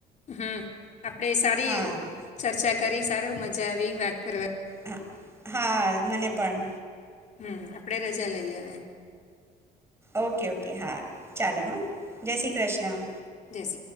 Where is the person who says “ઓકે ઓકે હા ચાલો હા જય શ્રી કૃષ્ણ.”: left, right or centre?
Right